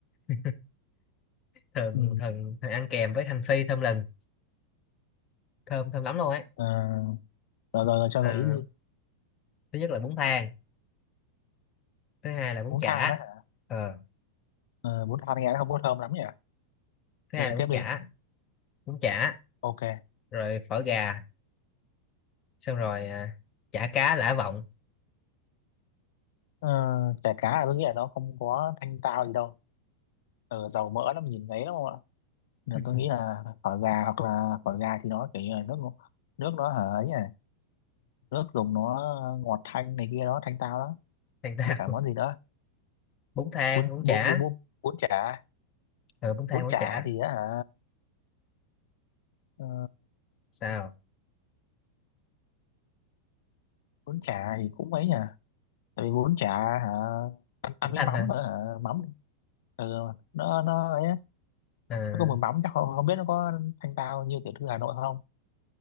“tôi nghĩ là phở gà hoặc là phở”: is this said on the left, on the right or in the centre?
Left